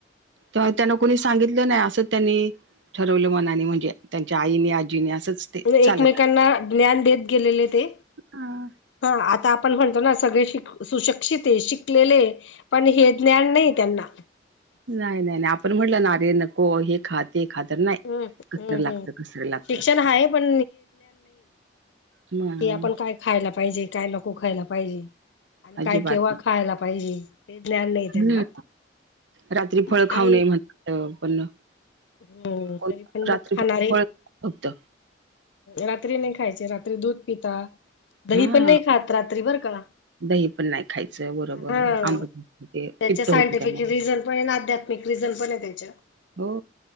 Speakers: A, on the right (about 75°); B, on the left (about 75°).
A: तेव्हा त्यांना कोणीच सांगितलं नाही असं त्यांनी ठरवलं मनाने म्हणजे त्यांच्या आईने आजीनी असंच ते
B: एकमेकांना
A: चालत आलं.
B: ज्ञान देत गेलेले ते
A: हां.
B: हा आता आपण म्हणतो ना सगळे शिक सुशिक्षित हे शिकलेले पण हे ज्ञान नाही त्यांना
A: नाही नाही नाही आपण म्हटलं ना अरे नको हे खात ते खातर नाही
B: हम्म
A: कसतरी
B: हम्म
A: लागतं
B: हम्म
A: कसंतरी लागतं.
B: शिक्षण आहे पण
A: म
B: की आपण काय खायला पाहिजे काय नको खायला पाहिजे आणि
A: अजिबात
B: काय केव्हा खायला पाहिजे. हे ज्ञान नाही. त्यांना
A: हम्म रात्री
B: मग
A: फळ खाऊ
B: आई
A: नये म्हणतं पण
B: हम्म
A: कोण
B: तरी पण
A: रात्री
B: मग खाणार
A: फक्त
B: ये.
A: फळ फक्त
B: रात्री नाही खायचे रात्री दूध पिता दही
A: हां
B: पण नाही खात रात्री बरं का
A: दही पण नाही खायचं बरोबर
B: ब
A: आंबट ते
B: त्याच्या
A: पित्त
B: सायंटिफिक
A: होते त्यामुळे
B: रिझन पण ये आध्यात्मिक रिझन पण आहे त्याच्या
A: हो